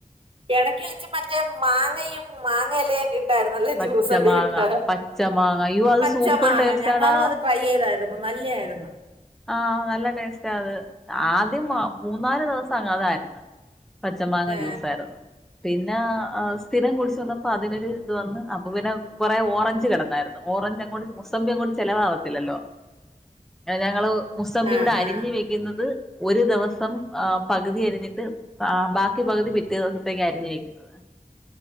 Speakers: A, on the right; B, in the centre.
A: എടക്കി വെച്ച് മറ്റേ മാങ്ങയും മാങ്ങ എല്ലയൊക്കെ എ ഷ്ട്ടആയിര്ന്നല്ലേ
B: പച്ചമാങ്ങ
A: ജ്യൂസ്ടിക്ക
B: പച്ചമാങ്ങ അയ്യോ അത്
A: പച്ച
B: സൂപ്പർ
A: മാങ്ങ
B: ടേസ്റ്റാടാ
A: ഞങ്ങളും അത് ട്രൈ ചെയ്തായിരുന്നു നല്ലെയാര്ന്നു-
B: ആഹ നല്ല ടെസ്റ്റേ അത് ആദ്യം അ മൂന്നാല് ദിവസംഅങ്ങ് അതായിര്ന്ന്- പച്ച മാങ്ങ
A: ആ
B: ജ്യൂസായിര്ന്ന്- പിന്നെ അ സ്ഥിരം കുടിച്ച് വന്നപ്പം അതിനൊരു ഇത് വന്ന് അപ്പൊ പിന്നെ കൊറെ ഓറഞ്ച് കെടന്നായിര്ന്നു ഓറഞ്ച് അങ്ങോട്ട് മുസമ്പി അങ്ങോട്ട് ചെലവാവത്തില്ലല്ലോ <unintelligible> <unintelligible> മുസമ്പി
A: ആ
B: ഇവിടെ അരിഞ്ഞു
A: ആ
B: വെക്ക്ന്നത്- ഒരു ദെവസം ആ പകുതി അരിഞ്ഞിട്ട് ആ ബാക്കി പകുതി പിറ്റേ ദെവസത്തേക്ക് അരിഞ്ഞ് വെക്കുന്നത്-